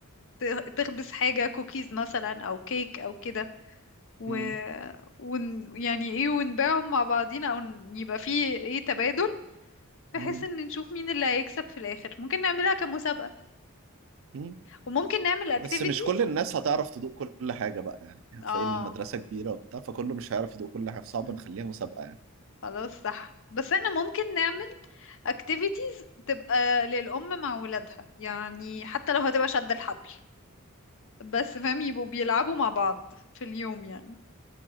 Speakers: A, on the left; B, on the right.
A: ت- تخبز حاجة كوكيز مثلا او كيك او كده و...
B: مم.
A: ون... يعني ايه ونبيعهم مع بعضينا او ن- يبقى فيه ايه تبادل بحيث
B: مم.
A: ان نشوف مين اللي هيكسب في الاخر ممكن نعملها كمسابقة
B: مم.
A: وممكن نعمل اكتيفيتيز
B: بس مش كل الناس هتعرف تدوق كل حاجة بقى يعني هتلاقي
A: اه
B: المدرسة كبيرة وبتاع فكله مش هيعرف يدوق كل حاجة فصعب
A: <laughs>
B: نخليها مسابقة يعني
A: خلاص صح بس احنا ممكن نعمل activities تبقى للأم مع ولادها يعني حتى لو هتبقى شد الحبل بس فاهم يبقوا بيلعبوا مع بعض في اليوم يعني